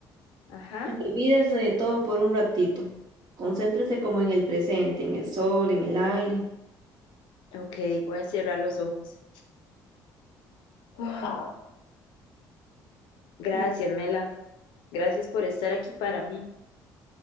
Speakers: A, on the left (about 80°); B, on the right (about 60°).
A: Ajá.
B: Olvídese de todo por un ratito. Concéntrese como en el presente, en el sol, en el aire.
A: Ok, voy a cerrar los ojos. Ah, gracias,
B: Mm,
A: Mela. Gracias por estar aquí para mí.